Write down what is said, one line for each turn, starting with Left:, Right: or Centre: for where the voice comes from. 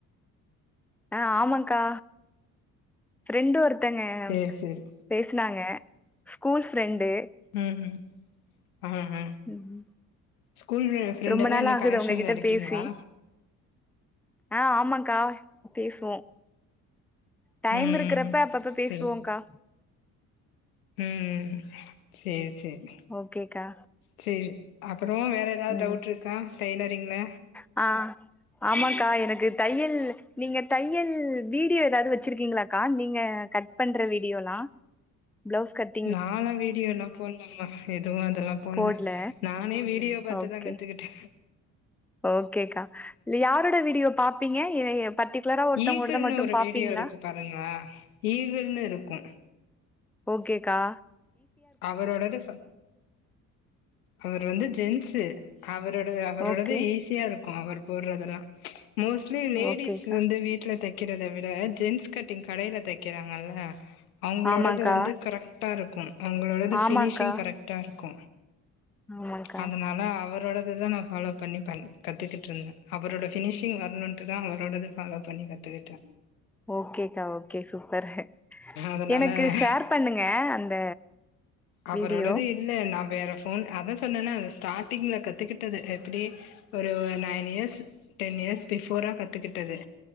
Centre: அ ஆமாக்கா ஃப்ரெண்டு ஒருத்தங்க
Left: சேரி சேரி
Centre: பேசினாங்க ஸ்கூல்ஸ் ப்ரெண்டு
Left: ம்ஹூம் ஆஹா
Centre: ம்
Left: ஸ்கூல் ப்ரெண்ட்
Centre: ரொம்ப
Left: எல்லா
Centre: நாள்
Left: இன்னு
Centre: ஆகுது
Left: கனெக்ஷன்ல
Centre: உங்ககிட்ட
Left: இருக்கீங்களா
Centre: பேசி ஆ ஆமாக்கா பேசுவோ டைம்
Left: ம்
Centre: இருக்கிறப்ப
Left: ம்
Centre: அப்பப்ப பேசுவோங்க்கா
Left: சேரி ம் ம் சேர் சேர்
Centre: ஓகேக்கா
Left: சேரி அப்பறோ வேற எதாவ்
Centre: ம்
Left: டவுட்ருக்கா டெய்லரிங்ல
Centre: ஆ ஆமாக்கா எனக்கு தையல் நீங்க தையல் வீடியோ எதாது வெச்சிருக்கீங்கிளாக்கா நீங்க கத் ட் பண்ற வீடியோலா பிளவுஸ் கட்
Left: நாளா வீடியோலாம் போல்லாமா எதுவு அதெலாம் போல்ல
Centre: போட்ல
Left: நானே வீடியோ பாத்துதா
Centre: ஓகே
Left: கத்துகிட்டே
Centre: ஓகேக்கா இல்ல யாரோட வீடியோ பாப்பீங்க பர்டிகுலரா ஒருத்தவங்களோடத
Left: ஈகிள்னு
Centre: மட்டு
Left: ஒரு
Centre: பாப்பீங்களா
Left: வீடியோ இருக்கு பாருங்களா ஈகள்னு இருக்கு
Centre: ஓகேகா
Left: அவரோடது அவர் வந்து ஜென்ஸு அவரோட அவரோடது
Centre: ஓகே.
Left: ஈஸியா இருக்கு அவர் போடறதெல்லா மோஸ் அக்சுவலி லேடிஸ்
Centre: ஓகேக்கா.
Left: வந்து வீட்டுல தெக்கிறத விட ஜென்ஸ் கட்டிங் கடையில தெக்கிறாங்கல்ல அவங்களோடது
Centre: ஆமாங்க்கா.
Left: வந்து கரெக்டா இருக்கு அவங்களோடது
Centre: ஆமாங்க்கா.
Left: ஃபினிஷிங் கரெக்டா இருக்கு
Centre: ஆமாங்க்கா.
Left: அந்தனால அவரோடதுதா நாப் ஃபாலோ பண்ணி பண் கத்துகிட்ருந்தே அவரோட ஃபினிஷிங் வரணுன்ட்டுதா அவரோடது ஃபாலோப் பண்ணி கத்துகிட்டே
Centre: ஓகேக்கா ஓகே சூப்பரு
Left: அதனால
Centre: எனக்கு ஷேர்ப் பண்ணுங்க அந்த
Left: அவரோடது
Centre: வீடியோ.
Left: இல்ல நா வேற போன் அத சொன்னேல்லே அது ஸ்டார்டிங்ல கத்துக்கிட்டது எப்டி ஒரு நைன் இயர்ஸ் டென் இயர்ஸ் பிஃபோரா கத்துக்கிட்டது